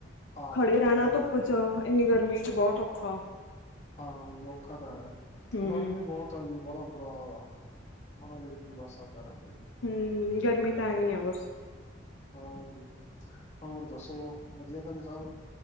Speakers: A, on the left; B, on the left.
A: ਹਾਂ
B: ਖੜੇ
A: ਜੀ
B: ਰਹਿਣਾ
A: ਇਹ ਤਾਂ
B: ਧੁੱਪ
A: ਹੈ
B: ਚ ਇੰਨੀ ਗਰਮੀ ਚ ਬਹੁਤ ਔਖਾ।
A: ਹਾਂ ਔਖਾ ਤਾਂ ਹੈ,
B: ਹੂੰ
A: ਗਰਮੀ ਬਹੁਤ ਆ ਜੀ ਬਹੁਤ ਬੁਰਾ ਹਾਲ ਆ। ਹੁਣ ਉਹਦੇ ਵਿੱਚ ਕੀ ਵੱਸ ਸਾਲ ਕਰਾਂਗੇ।
B: ਹੂੰ, ਗਰਮੀ ਤਾਂ ਐਵੇਂ ਆ ਬਸ।
A: ਹੋਰ ਜੀ ਹੋਰ ਦੱਸੋ, ਵਧੀਆ ਘਰੇ ਸਭ?